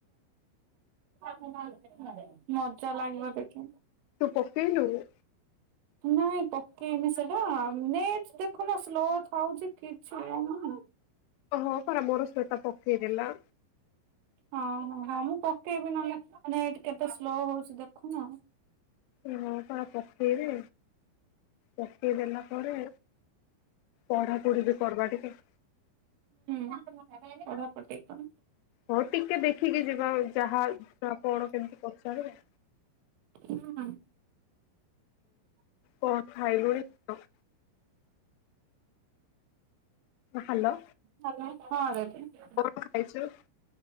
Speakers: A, on the right; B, on the left.
A: ହୁଁ ମଜା ଲାଗିବ ଦେଖି।
B: ତୁ ପକେଇଲୁଣି?
A: ନାଇଁ ପକେଇନି ସେଟା ନେଟ ଦେଖୁନ ସ୍ଲୋ ଥାଉଚି କିଛି ଆଉନି।
B: ହଁ ପରା ମୋର ସେଇଟା ପକେଇଦେଲା।
A: ହଁ ହଁ ହଁ ମୁଁ ପକେଇବି ନହେଲେେ ନେଟ୍ କେତେ ସ୍ଲୋ ହୋଉଚି ଦେଖୁନ।
B: ଏ ହଁ ପରା ପକେଇବି ପକେଇ ଦେଲା ପରେ ପଢାପଢି ବି କରବା ଟିକେ।
A: ହୁଁ ପଢାପଢ଼ୀ କର।
B: ହଁ ଟିକେ ଦେଖିକି ଯିବା ଆଉ ଯାହା ଯାହା କଣ କେମତି ପଚାରିବେ।
A: ହଁ ହଁ।
B: କଣ ଖାଇଲୁଣି? <inaudible> ହାଲୋ।
A: ହାଲୋ ହଁ <unintelligible>
B: କଣ ଖାଇଚୁ?